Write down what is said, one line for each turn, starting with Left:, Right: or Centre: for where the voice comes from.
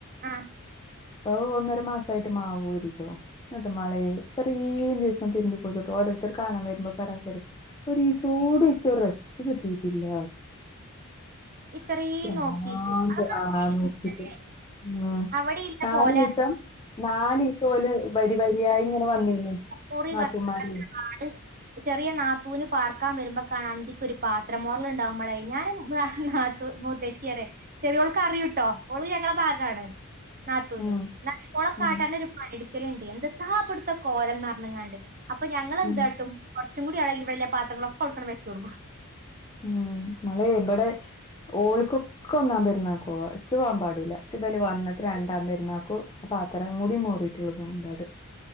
Right: ആ
Left: ആഹ് ഒന്നര മാസായിട്ട് മാവ് ഊരീട്ടോ. ഇന്നട്ട് മാളെ ഇത്തറീം ദിവസം തിരിമ്പി കൊടുത്തിട്ട് ഓർ കാണാൻ വരുമ്പോ പറയാത്രെ ഒരീസൂടി ഇച്ചൊരു റസ്റ്റ് കിട്ടിയിട്ടില്ല.
Right: ഇത്രയും
Left: <unintelligible>
Right: നോക്കീട്ട് അതൊക്കെ കേൾക്കുമ്പോ തന്നെയാണ്
Left: ഉം
Right: അവിടെ ഇല്ല
Left: നാലീസം
Right: പോലെ
Left: നാലീസം ഓല് വരിവരിയായി ഇങ്ങനെ വന്നീനു
Right: മുറി
Left: നാതൂമാര്
Right: വെക്കാത്ത ആള് ചെറിയ നാത്തൂന് പാർക്കാൻ വരുമ്പോക്കാണ അന്തിക്കൊരു പാത്രം മോറലുണ്ടാവും മാളേ ഞാന് <unintelligible> തേച്ചിയരെ ചെറിയോൾക്ക് അറിയൂട്ടോ ഓള് ഞങ്ങളെ ഭാഗാണ്. നാതൂൻ
Left: ഉം
Right: ഓള കാട്ടാൻ
Left: ഉം
Right: ഒരു പണടിക്കലുണ്ട് എന്ത് താബിടുത്ത കോലം പറഞ്ഞ്ങ്ങാണ്ട്. അപ്പൊ ഞങ്ങളെന്താട്ടും
Left: ഉം
Right: കൊറച്ചു കൂടി അവടിം ഇവടീല്ല പാത്രങ്ങളൊക്കെ അവിടക്കങ്ങട്ട് വെച്ചൊട്ക്കും.
Left: ഉം മ്മള് ഇബടെ ഓൽക്കൊക്കെ ഒന്നാം പെരുന്നാക്കോവാ ഇച്ച് പോവാൻ പാടില്ല ഇചോൽ വന്നിട്ട് രണ്ടാംപെരുന്നാക്ക് ആഹ് പാത്രം കൂടി മോറിയിട്ടുള്ളു പോകാൻ പാട്.